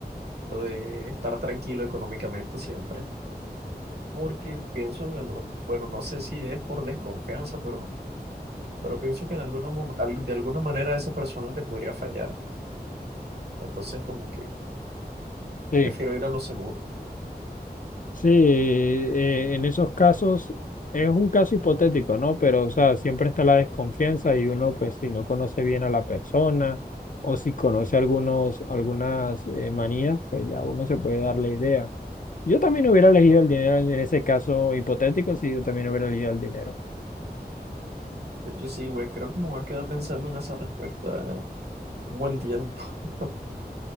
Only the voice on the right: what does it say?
lo de estar tranquilo económicamente siempre porque pienso de lo, bueno, no sé si es por desconfianza, pero, pero pienso que en alguno mo- al- de alguna manera esa persona te podría fallar. Entonces, como que
prefiero ir a lo seguro.
De hecho, sí, güey, creo que me voy a quedar pensando en esa respuesta un buen tiempo. <laughs>